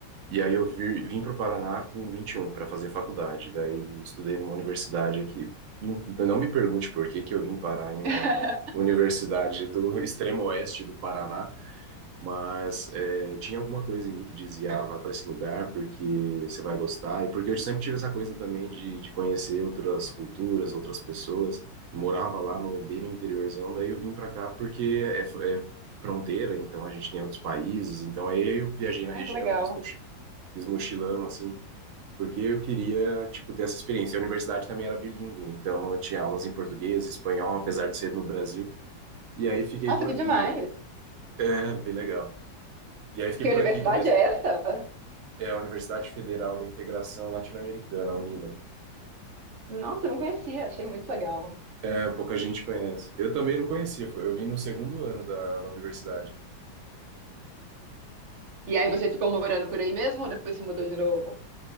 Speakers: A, on the right (about 80°); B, on the right (about 50°).
A: e aí eu vi, vim para o Paraná com 21 para fazer faculdade, daí estudei numa universidade aqui. Não, não me pergunte por que que eu vim parar em uma
B: <laughs>
A: universidade do <laughs> extremo oeste do Paraná, Mas é, tinha alguma coisa em mim que dizia, ah, vá para esse lugar porque você vai gostar. E porque eu sempre tive essa coisa também de, de conhecer outras culturas, outras pessoas. E morava lá no, bem no interiorzão, daí eu vim para cá porque é, é fronteira, então a gente tem outros países. Então aí eu viajei na região,
B: Ah, que legal.
A: fiz, moch- fiz mochilão, assim, porque eu queria, tipo, ter essa experiência. A universidade também era bilíngue, então eu tinha aulas em português, espanhol, apesar de ser no Brasil. E aí fiquei
B: Nossa,
A: por
B: que
A: aqui,
B: demais.
A: né? É, bem legal. E aí fiquei
B: Que
A: por
B: universidade
A: aqui e comecei.
B: é essa?
A: É a Universidade Federal da Integração Latino-Americana, a UNILA.
B: Nossa, eu não conhecia, achei muito legal.
A: É, pouca gente conhece. Eu também não conhecia, foi- eu vim no segundo ano da, da universidade.
B: E aí você ficou morando por aí mesmo ou depois se mudou de novo?